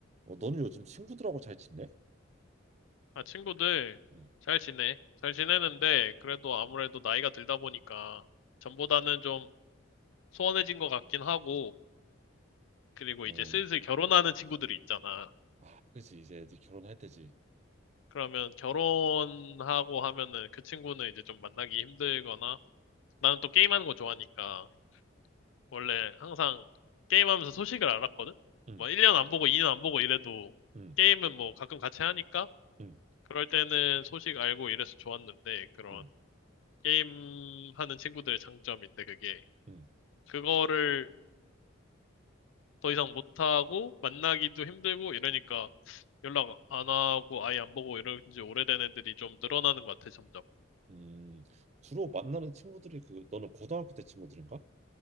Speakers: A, on the right; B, on the left.
A: 어, 너는 요즘 친구들하고 잘 지내?
B: 아, 친구들
A: 응.
B: 잘 지내. 잘 지내는데 그래도 아무래도 나이가 들다 보니까 전보다는 좀 소원해진 것 같긴 하고 그리고 이제
A: 응.
B: 슬슬 결혼하는 친구들이 있잖아.
A: 아, 그렇지. 이제 애들 결혼할 때지.
B: 그러면 결혼하고 하면은 그 친구는 이제 좀 만나기 힘들거나 나는 또 게임하는 거 좋아하니까 원래 항상 게임하면서 소식을 알았거든?
A: 응,
B: 뭐 1년 안 보고 2년 안 보고 이래도
A: 응,
B: 게임은 뭐 가끔 같이 하니까
A: 응,
B: 그럴 때는 소식 알고 이래서 좋았는데 그런
A: 응,
B: 게임하는 친구들의 장점인데 그게
A: 응.
B: 그거를 더 이상 못하고 만나기도 힘들고 이러니까 연락 안 하고 아예 안 보고 이런 지 오래된 애들이 좀 늘어나는 것 같아 점점
A: 음, 주로 만나는 친구들이 그 너는 고등학교 때 친구들인가?